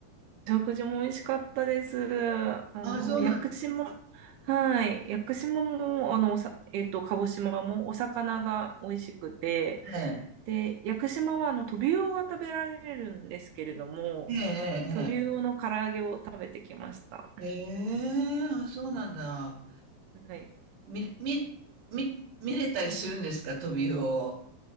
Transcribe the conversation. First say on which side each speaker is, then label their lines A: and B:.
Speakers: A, on the right (about 80°); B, on the right (about 60°).
A: 食事も美味しかったです。あの、
B: あそうなんで
A: 屋久島、はい。屋久島も、あの、おさ、えっと、鹿児島もお魚が美味しくて、
B: すね
A: で、屋久島は、あの、トビウオが食べられるんですけれども、
B: え。
A: トビウオの唐揚げを食べてきました。
B: ええええええ。へえ、あ、そうなんだ。
A: はい。
B: 見、見、見、見れたりするんですか、トビウオを。